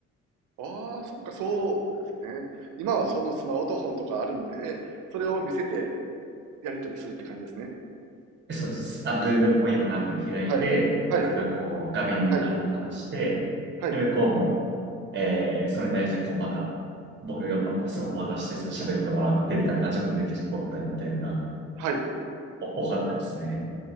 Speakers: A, on the right; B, on the right.
A: ああ、そっか、そうですね。今はそのスマートフォンとかあるんで、それを見せてやり取りするって感じですね。
B: そうです。あの、Google 翻訳のアプリ開いて、
A: はい。はい。
B: 僕がこう、画面に向かって話して、
A: はい。はい。
B: で、向こうも、えー、それに対して、こう、まだ、僕が、ま、スマホ渡して、ちょっと喋ってもらって、みたいな感じでコミュニケーション取ったり、みたいなのが、
A: はい。う
B: お多かったですね。